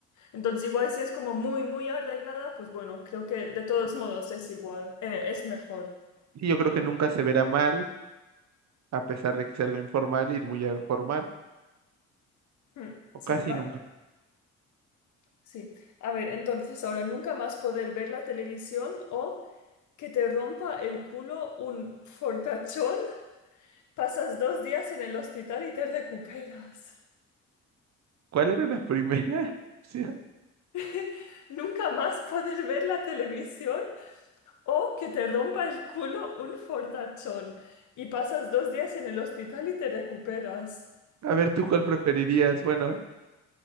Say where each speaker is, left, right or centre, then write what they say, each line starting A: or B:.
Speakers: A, on the left; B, on the right.
A: Entonces, igual si es como muy, muy arreglada, pues bueno, creo que de todos modos es igual, eh, es mejor.
B: Sí, yo creo que nunca se verá mal. a pesar de que es algo informal, ir muy al formal,
A: Hmm,
B: o
A: Sí,
B: casi
A: vale,
B: nunca.
A: sí. A ver, entonces ahora nunca más poder ver la televisión o que te rompa el culo un fortachón, pasas dos días en el hospital y te recuperas.
B: ¿Cuál era la primera? <laughs> O sea,
A: <laughs> Nunca más poder ver la televisión o que te rompa el culo un fortachón y pasas dos días en el hospital y te recuperas.
B: a ver, ¿tú cuál preferirías? Bueno,